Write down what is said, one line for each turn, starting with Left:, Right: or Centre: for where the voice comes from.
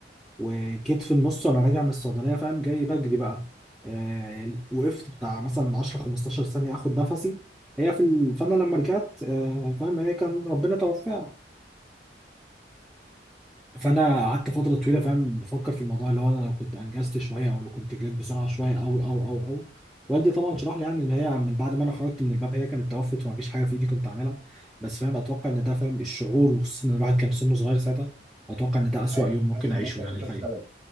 Centre: وجيت في النص وانا راجع من الصيدليه فاهم جاي بجري بقى آه، وقفت بتاع مثلا 10 15 ثانيه اخد نفسي هي في ال... فانا لما رجعت آه، فاهم هي كان ربنا توفاها فانا قعدت فتره طويله فاهم بفكر في الموضوع اللي هو انا لو كنت انجزت شويه او لو كنت جريت بسرعه شويه او او او او والدي طبعا شرح لي يعني ان هي من بعد ما انا خرجت من الباب هي كانت توفت ومفيش حاجه في ايدي كنت اعملها بس فاهم اتوقع ان ده فاهم الشعور وخصوصا ان الواحد كان سنه صغير ساعتها اتوقع ان ده اسوأ
Right: ايوه
Centre: يوم ممكن
Right: حاسس
Centre: اعيشه
Right: ان انت
Centre: يعني
Right: انت
Centre: الحقيقه
Right: السبب